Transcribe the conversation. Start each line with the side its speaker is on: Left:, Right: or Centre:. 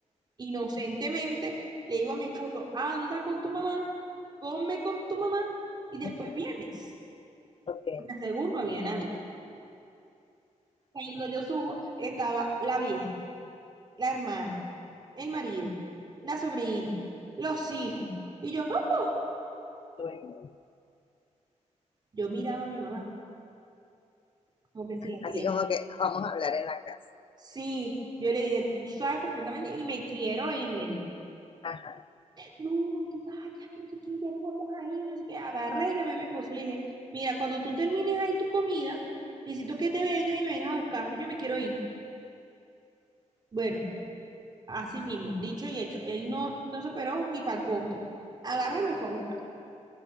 Right: inocentemente, le digo a mi esposo, anda con tu mamá, come con tu mamá y después
Left: Ujú.
Right: vienes.
Left: Ok,
Right: Porque según no había nadie. Cuando yo subo, estaba la vieja, la hermana, el marido, la sobrina, los hijos. Y yo, ¡ah!
Left: bueno.
Right: yo miraba a mi mamá, como que sí, la quería.
Left: Así como que vamos a hablar en la casa.
Right: Sí, yo le dije, tú sabes perfectamente y me quiero ir, le dije.
Left: Ajá.
Right: No, no te vayas, que no sé qué, ya no vamos ahí, no sé qué. Agarré, llamé a mi esposo y le dije, mira, cuando tú termines ahí tu comida, necesito que te vengas y me vengas a buscar, yo me quiero ir. Bueno, así mismo, dicho y hecho, él no, no se operó ni para el postre. Agarré y me fue a buscar.